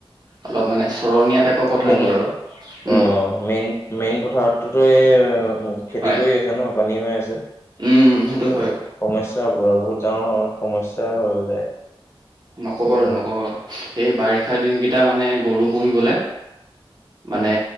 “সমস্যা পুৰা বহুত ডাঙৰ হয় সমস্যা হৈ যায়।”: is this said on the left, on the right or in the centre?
Left